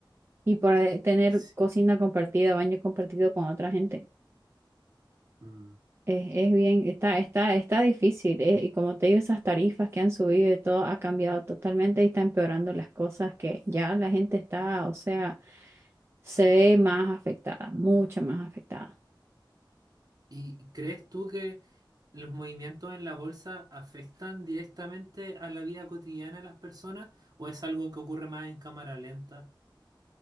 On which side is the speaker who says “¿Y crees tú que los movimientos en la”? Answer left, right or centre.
Right